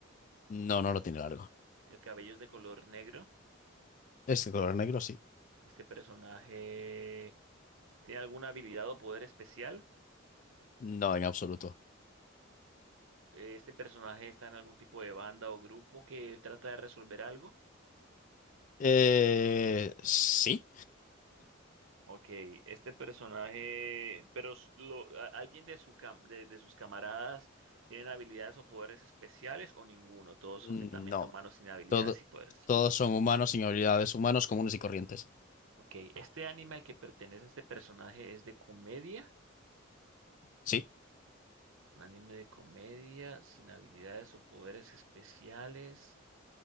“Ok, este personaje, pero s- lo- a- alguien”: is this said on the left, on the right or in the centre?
Right